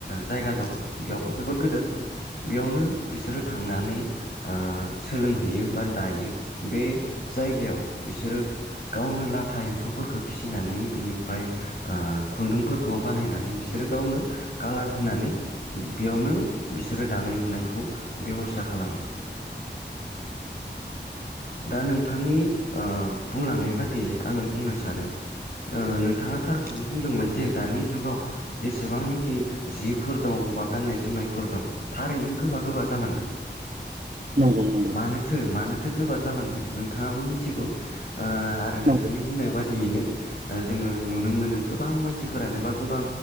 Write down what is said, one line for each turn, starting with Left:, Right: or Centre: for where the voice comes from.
Left: जायगा दं बेयाव जोबोद गोदोर बेयावनो बिसोरो थांनानै ओ सोलोंहैयो बा दायो बे जायगायाव बिसोरो गावनो लाथा एम्फौफोरखौ फिसिनानै बिनिफ्राय खुन्दुंफोरखौ बानायनानै बिसोरो गावनो कालार होनानै बेयावनो बिसोरो दानाय लुनायखौ बेब'स्था खालामो दा नोंथांनि ओ बुंलांनाय बादियै आङो बुंनो सानो नोंथाङा थारखौनो बुंदोंमोन जे दानि जुगाव जेसेबांनाखि जिफोर दं बा गान्नाय जोमनायफोर दं थारैनो गोबा गोबा जालांदों
Right: नंगौ नंगौ
Left: मानोथो मानोथो गोबा जालांदों नोंथाङाबो मिथिगौ ओ आरो नोंथांनि
Right: नंगौ औ
Left: बुंनाय बादियैनो जोङो नुनो मोनो गोबां मानसिफोरानो बा गोबां